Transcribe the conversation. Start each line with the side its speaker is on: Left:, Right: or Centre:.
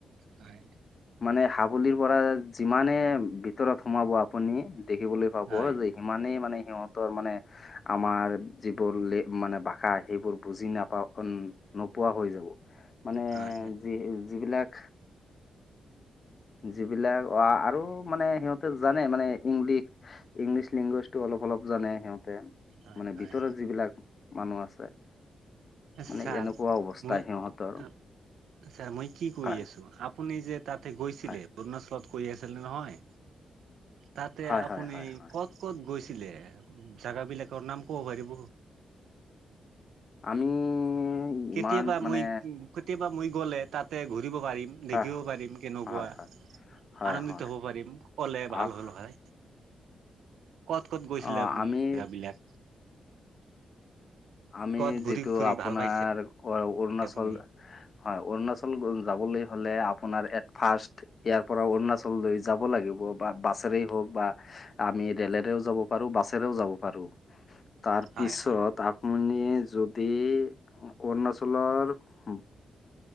Right: হয়।
Left: মানে হাবুলীৰ পৰা যিমানে ভিতৰত সোমাব আপুনি, দেখিবলৈ পাব
Right: হয়,
Left: যে সিমানেই মানে সিহঁতৰ মানে, আমাৰ যিবোৰ লে মানে ভাষা সেইবোৰ বুজি নাপাওঁ নোপোৱা হৈ যাব, মানে
Right: হয়,
Left: যি যিবিলাক যিবিলাক আৰু মানে সিহঁতে জানে মানে ইংলিছ- ইংলিছ লেংগুৱেজটো অলপ-অলপ জানে সিহঁতে।
Right: হয়,
Left: মানে
Right: হয়,
Left: ভিতৰত যিবিলাক মানুহ আছে মানে
Right: ছাৰ,
Left: এনেকুৱা অৱস্থা
Right: মই
Left: সিহঁতৰ
Right: ছাৰ, মই কি কৈ
Left: হয়
Right: আছো? আপুনি যে তাতে গৈছিলে,
Left: হয়
Right: অৰুণাচলত গৈ আছিল নহয় তাতে
Left: হয়
Right: আপুনি
Left: হয় হয় হয়
Right: ক'ত ক'ত গৈছিলে? জাগ বিলাকৰ নাম ক'ব পাৰিব?
Left: আমি
Right: কেতিয়াবা
Left: ইমান মানে
Right: মই কেতিয়াবা মই গ'লে তাতে ঘূৰিব পাৰিম।
Left: হয়
Right: দেখিব পাৰিম কেনেকুৱা?
Left: হয় হয় হয়
Right: আনন্দিত
Left: হয়
Right: হ'ব পাৰিম, ক'লে ভাল
Left: আ-
Right: হ'ল হয়। ক'ত ক'ত গৈছিলে
Left: অ
Right: আপুনি,
Left: আমি
Right: জেগাবিলাক?
Left: আমি
Right: ক'ত ঘূৰি
Left: যিটো
Right: ফুৰি
Left: আপোনাৰ
Right: ভাল পাইছে
Left: অ অৰুণাচল
Right: আপুনি?
Left: হয়, অৰুণাচল যাবলৈ হ'লে আপোনাৰ এট ফাষ্ট ইয়াৰ পৰা অৰুণাচল লৈ যাব লাগিব বা বাছেৰেই হওঁক বা আমি ৰেলেৰেও যাব পাৰো, বাছেৰেও যাব পাৰোঁ। তাৰপিছত,
Right: হয় হয়
Left: আপুনি যদি অৰুণাচলৰ উম,